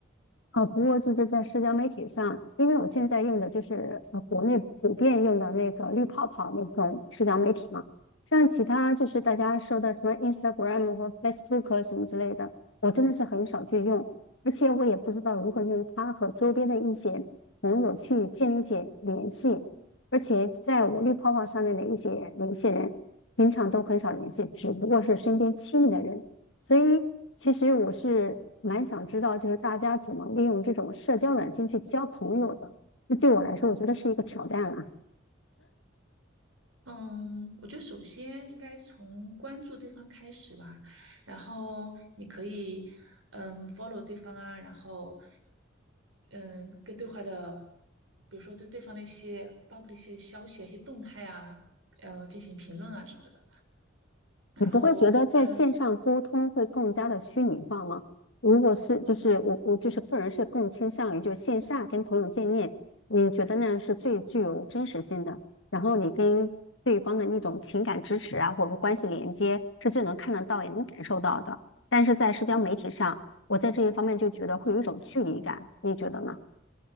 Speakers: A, on the left (about 70°); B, on the right (about 85°).
A: 啊，不过就是在社交媒体上，因为我现在用的就是呃国内普遍用的那个绿泡泡那种社交媒体嘛，像其他就是大家说的什么 Instagram 和 Facebook 什么之类的，我真的是很少去用，而且我也不知道如何用它和周边的一些朋友去建立起联系，而且在我绿泡泡上面的一些联系人，经常都很少联系，只不过是身边亲密的人。所以其实我是蛮想知道，就是大家怎么利用这种社交软件去交朋友的。这对我来说，我觉得是一个挑战啊。
B: 嗯，我觉得首先应该从关注对方开始吧，然后你可以嗯 follow 对方啊，然后嗯跟对话的，比如说对对方的一些发布的一些消息啊、一些动态啊，嗯进行评论啊什么的，然后。
A: 你不会觉得在线上沟通会更加的虚拟化吗？
B: 嗯。
A: 如果是，就是我我就是个人是更倾向于就线下跟朋友见面，你觉得那样是最具有真实性的，然后你跟对方的那种情感支持啊，或者说关系连接是最能看得到也能感受到的。但是在社交媒体上，我在这一方面就觉得会有一种距离感，你觉得呢？